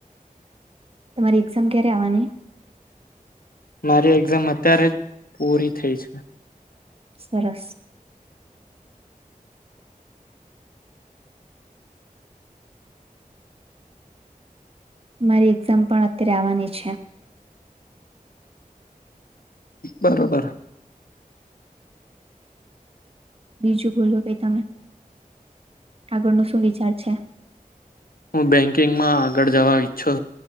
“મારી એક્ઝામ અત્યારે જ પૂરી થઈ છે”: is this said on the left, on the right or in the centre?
Left